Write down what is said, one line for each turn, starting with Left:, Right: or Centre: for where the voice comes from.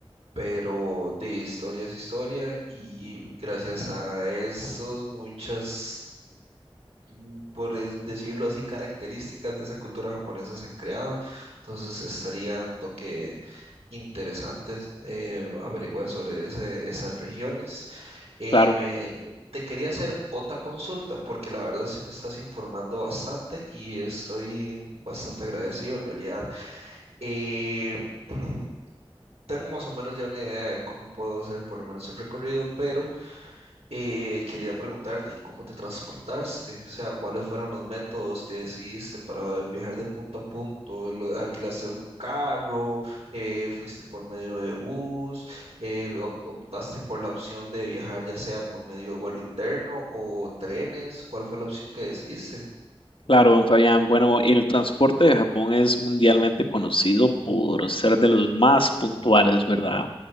Right: pero de historia es historia y gracias a eso muchas mm, por es- decirlo así, características de esa cultura japonesa se han creado. Entonces estaría un toque interesante eh, averiguar sobre ese- esas regiones. Eh,
Left: Claro.
Right: me, te quería hacer otra consulta porque la verdad sí me estás informando bastante y estoy bastante agradecido en realidad. Eh, <clears throat> tengo más o menos ya una idea de cómo puedo hacer por lo menos el recorrido, pero eh, quería preguntarte, ¿cómo te transportaste? O sea, ¿cuáles fueron los métodos que decidiste para viajar de punto a punto? ¿Lo- ¿Alquilaste algún carro? Eh, ¿fuiste por medio de bus? Eh, op- ¿optaste por la opción de viajar ya sea por medio de vuelo interno o trenes? ¿Cuál fue la opción que decidiste?
Left: Claro, don Fabián. Bueno, el transporte de Japón es mundialmente conocido por ser de los más puntuales, ¿verdad?